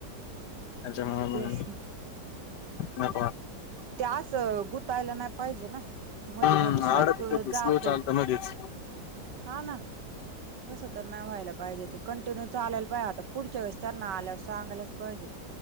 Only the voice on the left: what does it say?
त्याच्यामुळ
<inaudible>
हा
आडकत ते
स्लो चालत मधीच.